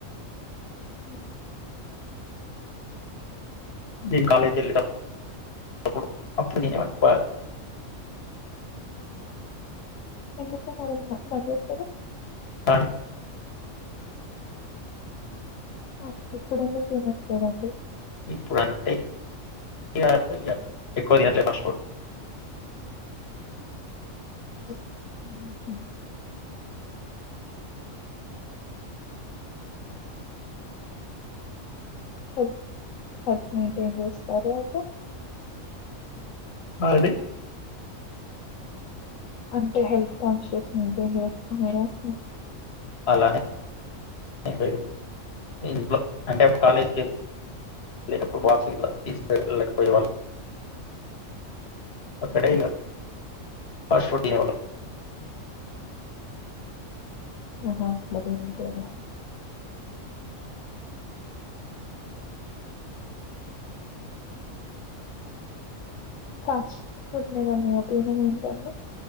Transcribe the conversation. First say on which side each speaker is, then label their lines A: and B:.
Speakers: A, on the left; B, on the left.
A: హ్మ్
B: నేన్ కలెకెళ్ళేటప్ అపుడు అప్పుడు దినేవన్ని బాగా
A: ఎందుకు మరి బ-బంద్ జేసారు
B: అ
A: హ ఇక్కడుండే తినొచ్చు కదండి
B: ఇప్పుడంటే ఇగా ఎక్కువ తినట్లే ఫాస్ట్ ఫుడ్
A: ఉహ్ ఉహ్ హెల్త్ హెల్త్ మెయింటైన్ చేస్తారా అయితే
B: ఆ అండి
A: అంటే హెల్త్ కాన్షియస్ మెయింటైన్ చేస్తునారా అంటున్న
B: అలానే ఏం లేదు ఇంట్లో అంటే అప్పుడు కాలేజీకి వెళ్ళే అప్పుడు బాక్సుగిట్ల తీసుకే ళ్లకపోయేవలం అక్కడే ఇగా ఫాస్ట్ ఫుడ్ తినేవాళ్ళం
A: ఆహా అట్లదినేటోళ్ళ ఫాస్ట్ ఫుడ్ మీద మీ ఒపీనియన్ ఏంటండి